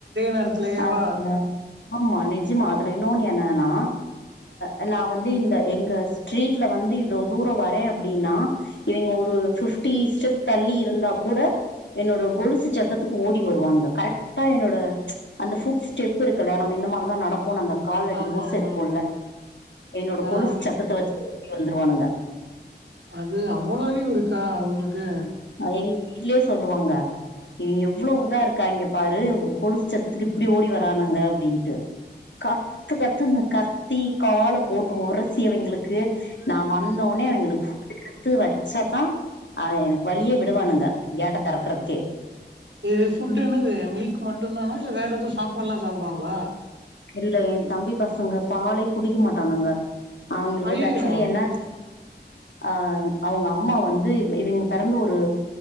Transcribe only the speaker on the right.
நேரத்திலேயேவா
ஆமா
ஆமா
ஆமா
ஆ
அது அவ்வளோ அறிவு இருக்கா அவுங்ளுக்கு
இது ஃபுட்டுன்னா இது மில்க் மட்டுந் தானா இல்ல வேற எது சாப்பாட்லா சாப்டுவாங்ளா
ஐயோ